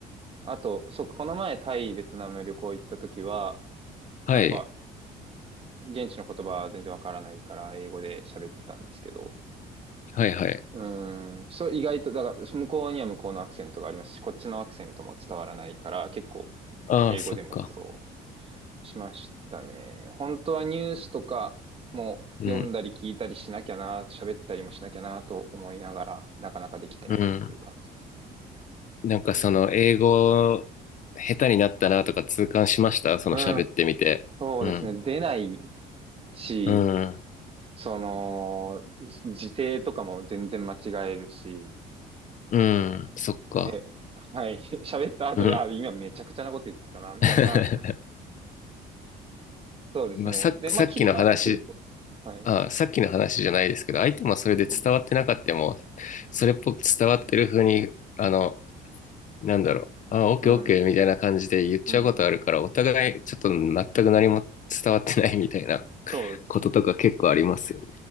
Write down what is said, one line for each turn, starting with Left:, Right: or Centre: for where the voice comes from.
Right: あと、そう、この前タイ、ベトナム旅行行った時は、
Left: はい、
Right: やっぱ、現地の言葉は全然わからないから、英語で喋ってたんですけど、
Left: はい、はい。
Right: うーん。そう、意外と、だから、向こうには向こうのアクセントがありますし、こっちのアクセントも伝わらないから、結構、
Left: ああ、
Right: 英語でも苦労
Left: そっか。
Right: しましたね。本当はニュースとかも読んだり聞いたりしなきゃな、
Left: うん、
Right: 喋ったりもしなきゃなと思いながら、なかなかできてないっていう感じです。
Left: うん。なんかその、英語、下手になったなとか痛感しましたその喋ってみて。
Right: うん。そうですね。
Left: うん、
Right: 出ないし、
Left: うん、
Right: その、時勢とかも全然間違えるし、
Left: うん、そっか。
Right: で、はい。<laughs> 喋った後で、
Left: うん。
Right: あ、今めちゃくちゃなこと言ってたな、みたいな。
Left: <laughs>
Right: そうですね。
Left: まあ、さ、
Right: で、
Left: さっきの話、
Right: まあ、切り替わってくると。はい。
Left: あ、さっきの話じゃないですけど、相手もそれで伝わってなかったも、
Right: うん。
Left: それっぽく伝わってる風に、
Right: うん。
Left: あの、なんだろう、あ、オッケーオッケーみたいな感じで言っちゃうことあるから、
Right: うん。うん
Left: お互いちょっと全く何も伝わってないみたいな
Right: そうですね。
Left: こととか結構ありますよね。